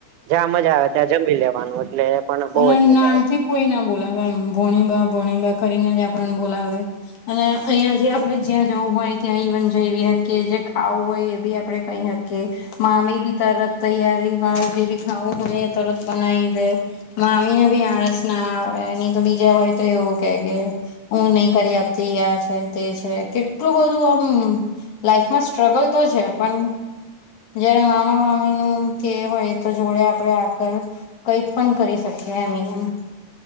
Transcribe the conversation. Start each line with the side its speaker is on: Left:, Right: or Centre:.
Right: જ્યાં મઝા આવે ત્યાં જમી લેવાનું એટલે પણ બહુ
Left: અને
Right: જ મજા
Left: નામ
Right: આવે
Left: થી કોઈ ના બોલાવે એમ ભોણી બા ભોણી બા કરીને જ આપણને બોલાવે અને અહીયાં થી આપડે જ્યાં જવું હોય ત્યાં ઇવન જઈવી હકિયે જે ખાવું હોય એ બી આપડે કઈ હક કે મામી બી તરત તૈયારી મા જે ભી ખાવું હોય એ તરત બનાઈ દે મામીને ભી આળસ ના આવે ની તો બીજા હોય તો એવું કેય કે હું નહી કરી આપતી યાર છે તે છે કેટલું બધું આમ લાઈફમાં સ્ટ્રગલ તો છે પન જયારે મામા મામીનું કે હોય તો જોડે આપડે આગળ કઈક પણ કરી શકીએ એમ ઇએમ